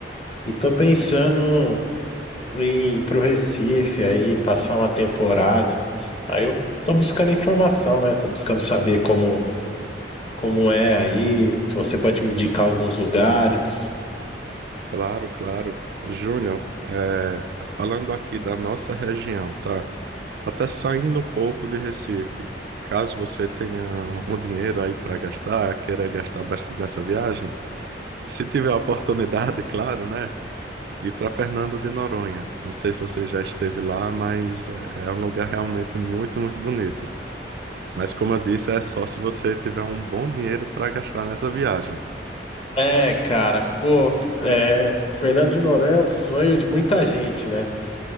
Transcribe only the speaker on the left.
e tô pensando em ir pro Recife aí, passar uma temporada. Aí eu tô buscando informação, né? Tô buscando saber como como é aí, se você pode me indicar alguns lugares.
É, cara, pô, é, Fernando de Noronha é o sonho de muita gente, né?